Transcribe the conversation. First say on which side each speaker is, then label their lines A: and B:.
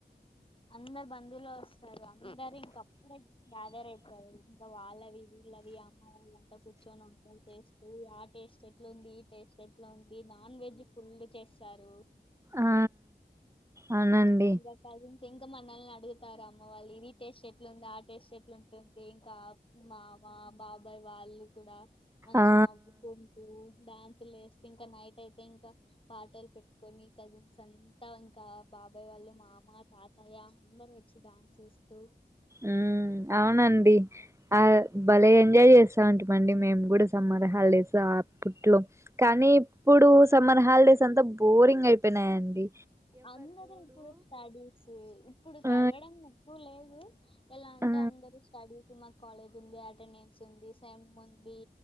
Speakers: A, on the left; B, on the right.
A: అందరు బందువులు ఓస్. స్తారు అందరింక అప్పుడే గ్యాదర్ అయితరు ఇంకా వాళ్ళవి వీళ్ళని అమ్మ వాళ్ళ. అంత కూర్చొనో తలప్స్. సి ఉ ఆ టేస్ట్ ఎట్లా ఉంది ఈ టేస్ట్ ఎట్లా ఉంది నాన్ వెజ్ ఫుల్ చేస్తారు.
B: ఆ అవునండి.
A: ఇంగ. కజిన్స్ ఇంకా మనల్ని అడుగుతారు అమ్మ వాళ్ళు ఇది టేస్ట్ ఎట్లుంది ఆ టేస్ట్ ఎట్లుంటుంది ఇంకా. మామ బాబాయ్ వాళ్ళు కూడా మంచి
B: ఆ
A: నవ్వుతూ. డ్యాన్స్లు ఎస్కుంట ఇంకా నైట్ అయితే ఇంకా పాటలు పెట్టుకొని కజిన్స్ అంతా ఇంకా బా అబ్బాయి వాళ్ళు మామ తాతయ్య అందరు వచ్చి డాన్స్ చేస్తూ..
B: ఉమ్ అవునండి. ఆ బలే ఎంజాయ్ చేసామండి మేము కూడా సమ్మర్ హాలిడేస్ అప్పుట్లో కానీ ఇప్పుడు సమ్మర్ హాల్డేస్ అంతా బోరింగ అ యినాయండి
A: అందరు ఇప్పుడు స్టడీస్ ఇప్పుడు
B: ఆ
A: కల్వడం ఎక్కువ లేదు ఎలా అంటే
B: ఆ
A: అందరు స్టడీస్ మ కాలేజుంది అటెండెన్స్ ఉంది సెముంది